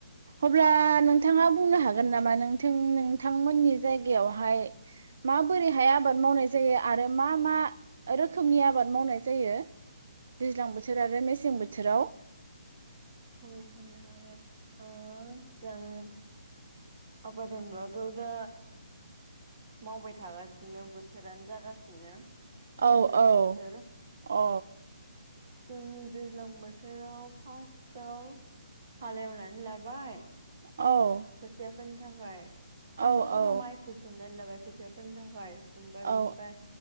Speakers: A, on the right; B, on the right.
A: अब्ला नोंथाङा बुंनो हागोन नामा नोंथिं नोंथांमोननि जायगायावहाय माबोरैहाय आबाद मावनाय जायो आरो मा मा रोखोमनि आबाद मावनाय जायो दैज्लां बोथोर आरो मेसें बोथोराव।
B: अ होननो हागोन आ <unintelligible> आबाद होनब्लाथ' दा मावबाय थागासिनो बोथोरानो जागासिनो।
A: औ
B: दैज्लां
A: औ
B: बोथोर।
A: औ
B: जों दैज्लां बोथोराव फार्स्ट आव हालेवनानै लाबाय
A: औ
B: खोथिया फोनो थाखाय
A: औ
B: फार्स्टाव जोङो
A: औ
B: माइखौ सोमनानै लाबाय खोथिया फोनो थाखाय सोमबाय बिनिफाय
A: औ